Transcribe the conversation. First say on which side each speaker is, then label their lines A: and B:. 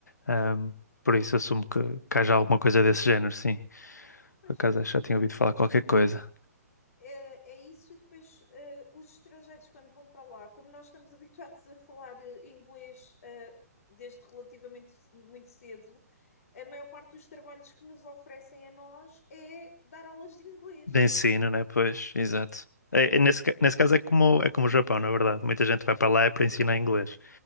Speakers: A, on the left; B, on the left.
A: Ahm, por isso assumo que, que haja alguma coisa desse género, sim.
B: Pois.
A: Por acaso acho que já tinha ouvido falar qualquer coisa.
B: É, é isso, e depois eh, os estrangeiros, quando vão para lá, como nós estamos <laughs> habituados a falar eh, inglês eh, desde relativamente muito cedo, a maior parte dos trabalhos que nos oferecem a nós é dar aulas de inglês.
A: De ensino, né? Pois, exato. É, é nesse, ca- nesse caso é como, é como o Japão, na verdade. Muita gente vai para lá é para ensinar inglês,